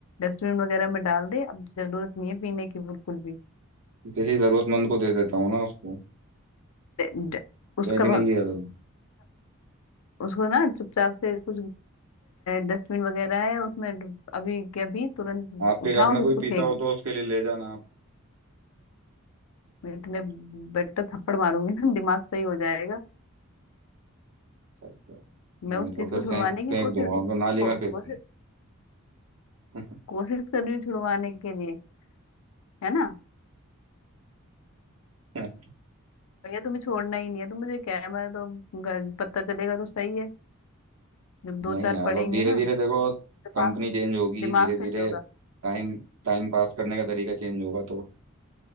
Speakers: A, on the left (about 70°); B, on the right (about 80°).
A: डस्टबिन वगैरह में डाल दे अब जरूरत नहीं है पीने की बिल्कुल भी
B: किसी जरूरतमंद को दे देता हूँ ना उसको
A: दे- दे- उसका
B: है कि
A: भल-
B: नहीं किया जरूर
A: उसको ना चुपचाप से कुछ डस्टबिन वगैरह है उसमें डु- अभी के अभी तुरंत
B: आपके
A: उठा
B: घर में
A: और उसको
B: कोई पीता
A: फेंक
B: हो तो उसके लिए ले जाना
A: मैं इतने
B: आप
A: बेटर थप्पड़ मारूंगी ना दिमाग सही हो जाएगा
B: अच्छा अच्छा
A: मैं
B: नहीं
A: उस
B: तो
A: चीज
B: फिर
A: को छुड़वाने
B: फेंक
A: की
B: फेंक
A: कोशिश
B: दूंगा उनको नाली
A: को,
B: में फेंक
A: कोशिश
B: दूंगा
A: कोशिश कर रही हूँ छुड़वाने के लिए है ना
B: <laughs>
A: भैया तुम्हें छोड़ना ही नहीं है तो मुझे क्या है मैं तो घर- पता चलेगा तो सही है जब दो
B: नहीं
A: चार
B: यार
A: पढ़ेंगे
B: अब धीरे
A: ना
B: धीरे देखो
A: दिमाग
B: कंपनी चेंज होगी
A: दिमाग
B: धीरे धीरे
A: सही होगा
B: टाइम टाइम पास करने का तरीका चेंज होगा तो